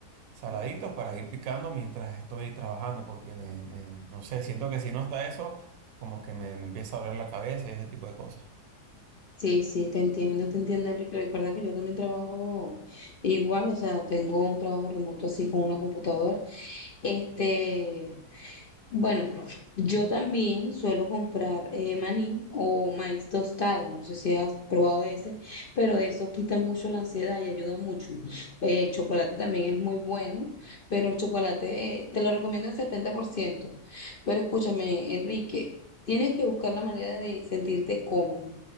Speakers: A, on the right (about 70°); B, on the left (about 50°).
A: saladitos para ir picando mientras estoy trabajando, porque me, me- no sé, siento que si no está eso, como que me, me empieza a doler la cabeza y ese tipo de cosas.
B: Sí, sí, te entiendo, te entiendo, Enrique. Recuerda que yo también trabajo igual, o sea, tengo un trabajo remoto así con una computadora. Este, bueno, yo también suelo comprar eh, maní o maíz tostado, no sé si has probado ese, pero eso quita mucho la ansiedad y ayuda mucho. Eh, el chocolate también es muy bueno, pero el chocolate eh, te lo recomiendo el 70%. Pero escúchame, Enrique, tienes que buscar la manera de sentirte cómodo.